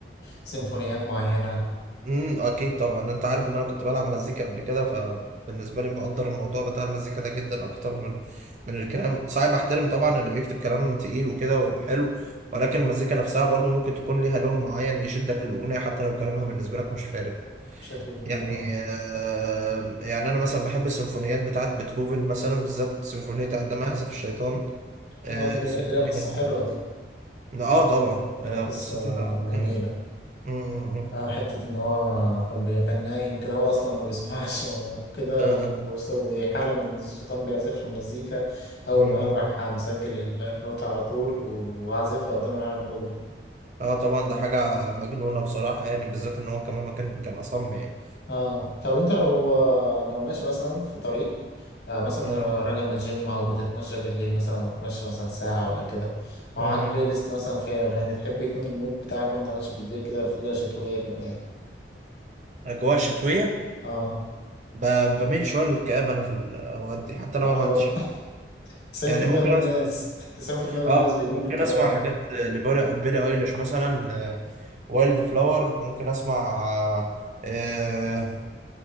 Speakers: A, on the left (about 70°); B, on the right (about 40°).
A: سيمفونيات معينة
B: امم اكيد طبعا انت عارف ان انا كنت بلعب مزيكا قبل كده فبالنسبه لي بقدر الموضوع بتاع المزيكا ده جدا اكتر من من الكلام صعب احترم طبعا اللي بيكتب كلام تقيل وكده وحلو ولكن المزيكا نفسها برضو ممكن تكون ليها لون معين يشدك للاغنيه حتى لو كلامها بالنسبه لك مش فارق
A: بشكل كبير
B: يعني
A: اه
B: آه يعني انا مثلا بحب السيمفونيات بتاعت بيتهوفن مثلا بالذات سيمفونيه عندما يعزف الشيطان آه
A: اه دي جميلة
B: سيمفونيه
A: دي ليها قصة
B: تقيلة.
A: حلوة دي
B: اه طبعا
A: دي ليها
B: آه
A: قصة
B: قصتها
A: جميلة
B: جامده امم امم
A: اه حتة ان هو كان بي... كان نايم كده هو اصلا ما بيسمعش <laughs> وكده
B: امم،
A: وسوي حالة من الشيطان بيعزف له مزيكا اول
B: امم،
A: ما قام
B: امم.
A: راح مسجل النوتة على طول وعازفها قدام العالم كله
B: اه طبعا ده حاجة مجنونة بصراحة يعني بالذات ان هو كمان ما كان كان اصم يعني
A: اه طب انت لو لو ماشي مثلا في طريق آه مثلا
B: اه
A: راجع من الجيم او بتتمشى بالليل مثلا تتمشى مثلا ساعة ولا كده ومعاك
B: امم.
A: بلاي ليست مثلا فيها اغاني تحب يكون المود بتاعك وانت ماشي بالليل كده في ليلة شتوية يكون ايه؟
B: اجواء شتوية
A: اه
B: ب- بميل شوية للكآبة انا في الاوقات دي حتى لو
A: انا
B: أنا ما
A: برضه
B: عنديش حاجة
A: <laughs> 90%
B: يعني ممكن
A: من الناس
B: اسمع
A: <laughs> 90% من
B: اه
A: الناس بيميلوا
B: ممكن
A: للكباب
B: اسمع حاجات لبيلي بيلي ايليش مثلا آه، وايلد فلاور ممكن اسمع آه، آه،